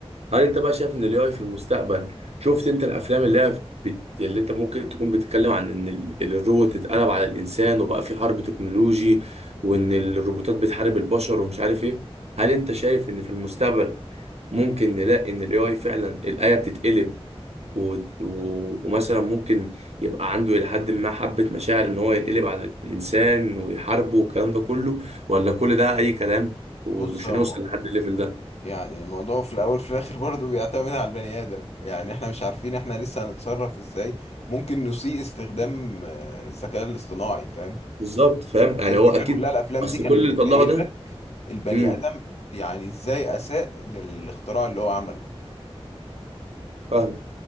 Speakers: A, on the right; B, on the left.
A: هل انت بقى شايف ان الاي اي في المستقبل شفت انت الافلام اللي هي بت... اللي انت ممكن تكون بتتكلم عن ان ال- الروبوت اتقلب على الانسان وبقى في حرب تكنولوجي وان الروبوتات بتحارب البشر ومش عارف ايه هل انت شايف ان في المستقبل ممكن نلاقي ان الاي اي فعلا الايه بتتقلب و... و... ومثلا ممكن يبقى عنده الى حد ما حبه مشاعر ان هو ينقلب على الانسان ويحاربه والكلام ده كله ولا كل ده اي كلام ومش
B: بص هو
A: هنوصل لحد الليفل ده
B: يعني الموضوع في الاول في الاخر برضه بيعتمد على البني ادم يعني احنا مش عارفين احنا لسه هنتصرف ازاي ممكن نسيء استخدام آه، الذكاء الاصطناعي فاهم
A: بالظبط فاهم يعني
B: هي الفكره
A: هو اكيد
B: كلها الافلام
A: اصل
B: دي كانت
A: كل اللي
B: بتبين
A: طلعه ده
B: لك البني
A: امم
B: ادم يعني ازاي اساء للاختراع اللي هو عمله
A: فاهم